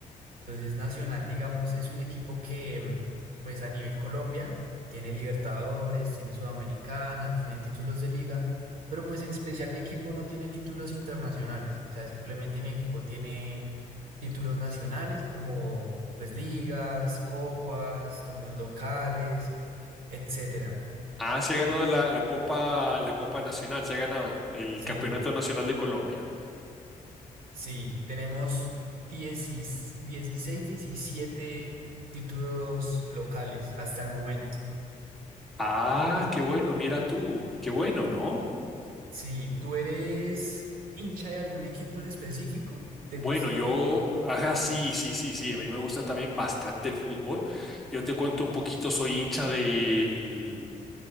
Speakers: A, on the right; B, in the centre.
A: Entonces, Nacional, digamos, es un equipo que, mm, pues a nivel Colombia, tiene Libertadores, tiene Sudamericana, tiene títulos de liga, pero pues en especial mi equipo no tiene títulos internacionales. O sea, simplemente mi equipo tiene títulos nacionales como pues ligas, copas, torneos locales, etcétera.
B: Ah, se ha ganado la, la Copa, la Copa Nacional, se ha ganado el
A: Sí,
B: Campeonato Nacional de Colombia.
A: sí, tenemos dieciséis, diecisiete títulos locales hasta el momento.
B: Ah, qué bueno, mira tú, qué bueno, ¿no?
A: Sí, ¿tú eres hincha de algún equipo en específico? ¿Te
B: Bueno,
A: gusta?
B: yo, ajá, sí, sí, sí, sí, a mí me gusta también bastante el fútbol. Yo te cuento un poquito, soy hincha del